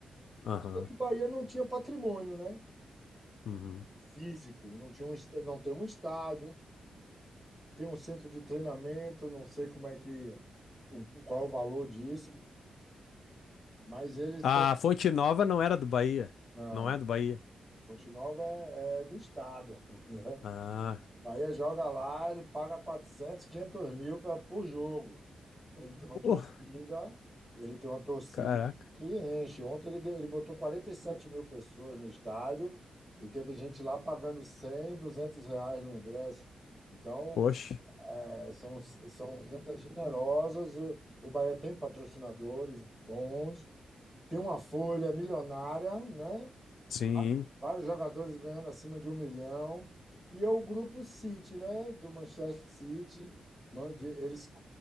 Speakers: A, on the left; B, in the centre.
A: Aham.
B: Porque o Bahia não tinha patrimônio, né?
A: uhum.
B: Físico, não tinha um, est- não tem um estádio, tem um centro de treinamento, não sei como é que, o- qual é o valor disso, mas eles
A: A
B: estão.
A: Fonte Nova não era do Bahia.
B: Não,
A: Não é do Bahia.
B: Fonte Nova é, é do Estado. <laughs>
A: Ah.
B: Bahia joga lá, ele paga 400 500 mil pra, por jogo. Ele tem uma torcida,
A: Uh,
B: ele tem uma torcida
A: caraca.
B: que enche. Ontem ele, deu- ele botou 47 mil pessoas no estádio e teve gente lá pagando 100, 200 reais no ingresso. Então,
A: Poxa.
B: é, são, são rendas generosas. O, o Bahia tem patrocinadores bons tem uma folha milionária, né?
A: Sim.
B: Va- Vários jogadores ganhando acima de um milhão. E é o grupo City, né? Do Manchester City. Mande- Eles,